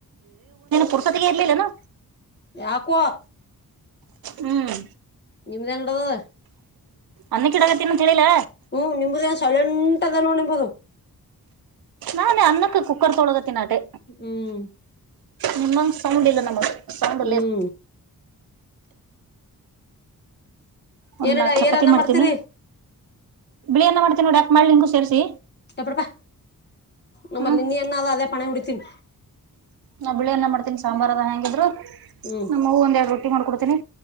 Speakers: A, on the right; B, on the left.
A: ಪುರ್ಸೊತಿಗೆ ಇರ್ಲಿಲ್ಲ ನ
B: ಯಾಕ್ಕೋ
A: ಹ್ಮ್
B: ನಿಮ್ದೇನ್ ನಡದ
A: ಅನ್ನಕ್ಕಿಡಕತ್ತಿನ ಅಂತ ಹೇಳಿಲ್ಲ
B: ಹ್ಮ ನಿಮುದ ನ್ ಸಲೆಂಟ್ ಅದ ನೋಡಿಂಬೋದು
A: ನಾನೇ ಅನ್ನಕ್ಕ ಕುಕ್ಕರ್ ತೊಳಗತ್ತಿನಟೆ
B: ಹ್ಮ್
A: ನಿಮ್ಮಂಗ ಸೌಂಡ್ ಇಲ್ಲ ನಮ್ಮ ಸೌಂಡ್
B: ಹ್ಮ್
A: ಒಂದ್
B: ಏನಡ
A: ನಾಲ್ಕು ಚಪಾತಿ
B: ಏರನ್ನ
A: ಮಾಡ್ತೀನಿ
B: ಮಾಡ್ತೀರಿ
A: ಬಿಳಿ ಏನ ಮಾಡ್ತನಿ ನೋಡಿ ಯಕಕ್ ಮಾಡಿಲಿ ನಿಂಗು ಸೇರಿಸಿ
B: ಎಪಡಪಾ ನಮ್ಮ
A: ಹ್ಮ್
B: ನಿನ್ನ ಎ್ಣಾದ ಅದೇ ಪಣ ಉಡಿತೀನ
A: ನಾ ಬಿಳಿೆ ಎನ ಮಾಡ್ತಿನಿ ಸಾಂಬಾರ್ ಅದ ಹ್ಯಾಂಗಿದ್ರು
B: ಹ್ಮ್
A: ನಮ್ಮ್ಗ ಒಂದ ಎರಡು ರೊಟ್ಟಿ ಮಾಡ್ಕೊಡ್ತೀನಿ